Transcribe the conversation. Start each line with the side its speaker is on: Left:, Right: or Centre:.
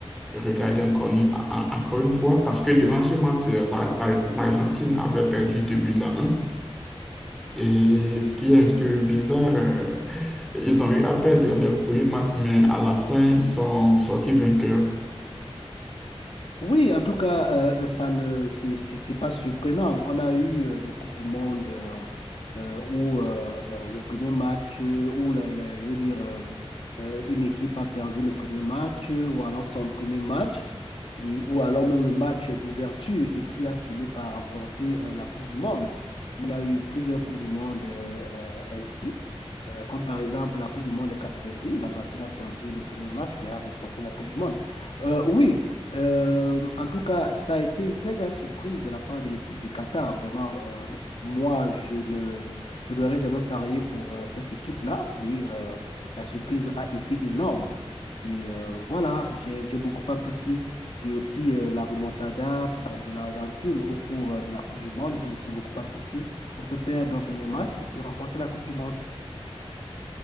Centre: regarder encore une, en- encore une fois parce que durant ce match, euh, la- la- l'Argentine avait perdu 2 buts à un et ce qui est un peu bizarre, euh, ils ont eu à perdre leur premier match, mais à la fin, ils sont sortis vainqueurs.
Left: Oui, en tout cas, euh, euh, ça ne, c'est, c'est c'est pas surprenant. On a eu euh, des Coupes du Monde euh, euh, où euh, euh, le premier match, euh, où le- le- je veux dire, euh, euh, une équipe a perdu le premier match, euh, ou alors son premier match, et, ou alors même le match d'ouverture, et puis a fini par remporter euh, la Coupe du Monde. Il y a eu plusieurs Coupes du Monde euh, euh, ainsi, euh, comme par exemple la Coupe du Monde des 90. L'Argentine a perdu le premier match, mais a remporté la Coupe du Monde. Euh, oui. Euh, en tout cas, ça a été une très grande surprise de la part de l'équipe du Qatar. Vraiment, euh, moi, je ne, je n'aurais jamais parié pour euh, cette équipe-là et euh, la surprise a été énorme. Et euh, voilà, j'ai, j'ai beaucoup apprécié. Et aussi euh, la remontada euh, de l'Argentine au cours euh, de la Coupe du Monde, j'ai aussi beaucoup apprécié. On peut perdre un premier match et puis remporter la Coupe du Monde.